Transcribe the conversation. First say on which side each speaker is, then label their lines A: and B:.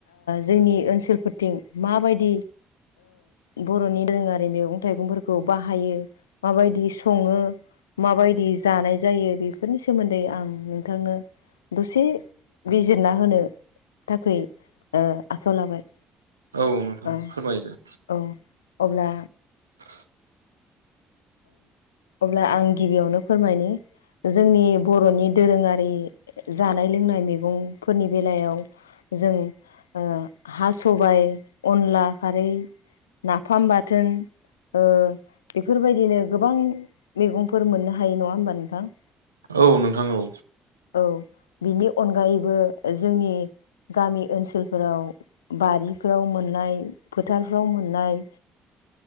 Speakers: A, on the left; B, on the right.
A: जोंनि ओनसोलफोरथिं माबायदि बर'नि दोरोङारि मेगं थाइगंफोरखौ बाहायो माबायदि सङो माबायदि जानाय जायो बेफोरनि सोमोन्दै आं नोंथांनो दसे बिजिरना होनो थाखै आखायाव लाबाय
B: औ नोंथां
A: ओ
B: फोरमायदो
A: औ अब्ला
B: <inaudible>
A: अब्ला आं गिबियावनो फोरमायनो जोंनि बर'नि दोरोङारि जानाय लोंनाय मैगंफोरनि बेलायाव जों हा सबाइ अनला खारै नाफाम बाथोन बेफोरबायदि बिदिनो गोबां मैगंफोर मोननो हायो नङा होमबा नोंथां
B: औ नोंथां औ
A: औ बिनि अनगायैबो जोंनि गामि ओनसोलफोराव बारिफ्राव मोननाय फोथारफ्राव मोननाय